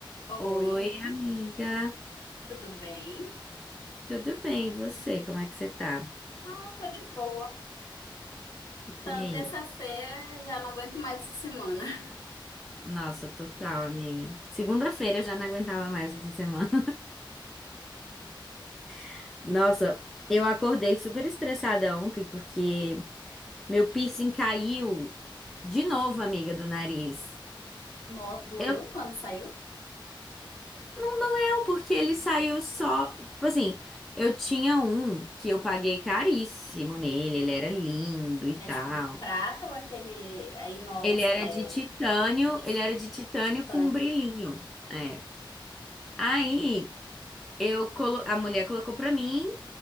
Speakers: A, on the left; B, in the centre.
A: Oi,
B: Oi, amiga.
A: tudo bem?
B: Tudo bem, e você? Como é que você tá?
A: Ah, tô de boa. Então,
B: E aí?
A: terça-feira já não aguento mais essa semana. <laughs>
B: Nossa, total, amiga. Segunda-feira eu já não aguentava mais essa semana. <laughs> Nossa, eu acordei super estressada ontem porque meu piercing caiu de novo, amiga, do nariz.
A: Nó doeu
B: Eu
A: quando saiu.
B: não doeu porque ele saiu só, tipo assim, eu tinha um que eu paguei caríssimo nele, ele era lindo e tal.
A: É tipo prata ou aquele é, inox,
B: Ele era
A: é
B: de titânio,
A: isso,
B: ele era de titânio
A: titânio.
B: com um brilhinho. É. Aí eu colo... a mulher colocou pra mim,